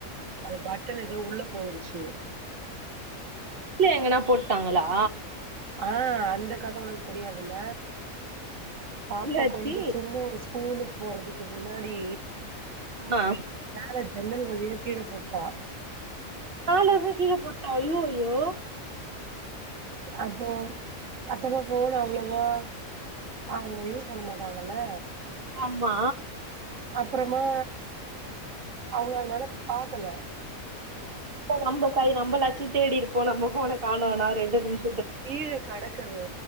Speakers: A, on the right (about 70°); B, on the right (about 45°).
A: அது பட்டன் எதோ உள்ள போயிடுச்சு
B: கீழ எங்கனா போட்டாங்களா
A: ஆ அந்த கத ஒனக்கு தெரியாதுல்ல பாப்பா
B: என்னாச்சி
A: கொஞ்சோ சின்ன வயசு கூலுக்கு போறதுக்கு முன்னாடி
B: ஆ
A: மேல ஜன்னல் வழியா கீழ போட்டா
B: மேலேர்ந்து கீழ போட்டா ஐயோயோ
A: அப்போ சத்தமா போன் அவ்ளோவா அவுங்க யூஸ் மாட்டாங்கல்ல
B: ஆமா
A: அப்பறமா அவுங்க அந்த அளவு பாக்கல
B: இப்ப நம்ம கை நம்மலாச்சூ தேடிருப்போ நம்ம போன காணோனா ரெண்டு நிமிஷ்
A: கீழ கடக்கது